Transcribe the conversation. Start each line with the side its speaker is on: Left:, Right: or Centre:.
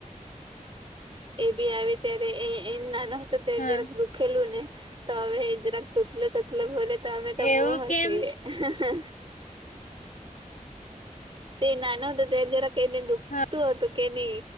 Right: એ બી આવે ત્યારે એ એ નાનો હતો ત્યારે
Left: હા
Right: જ્યારેક દુ ખેલું ને તોમે એજરા તોતલો ભોલે તો તો
Left: એવું
Right: બો હસી
Left: કેમ
Right: હ હ <unintelligible> તે નાનો હતો તે જરા કેને દુખતું
Left: હ
Right: હતું કેની